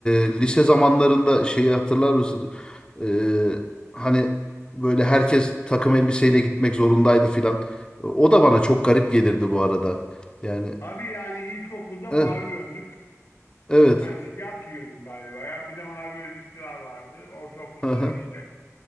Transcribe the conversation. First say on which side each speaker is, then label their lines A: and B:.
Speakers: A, on the left; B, on the left.
A: e, lise zamanlarında şeyi hatırlar mısın? E, hani böyle herkes takım elbiseyle gitmek zorundaydı filan. O da bana çok garip gelirdi bu arada. Yani
B: Abi yani ilkokulda
A: eh,
B: mavi önlük.
A: evet.
B: Ben siyah giyiyordum galiba ya. Bir de mavi önlüklüler vardı. Ortaokulda
A: Aha.
B: da işte